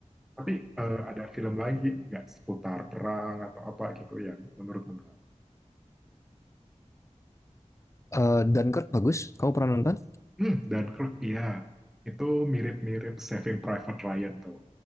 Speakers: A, in the centre; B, on the left.
A: Tapi eh, ada film lagi nggak seputar perang atau apa gitu yang menurutmu menarik?
B: Eh, Dunkirk bagus, kamu pernah nonton?
A: Hmm, dan Kirk, iya. Itu mirip-mirip Saving Private Ryan tuh.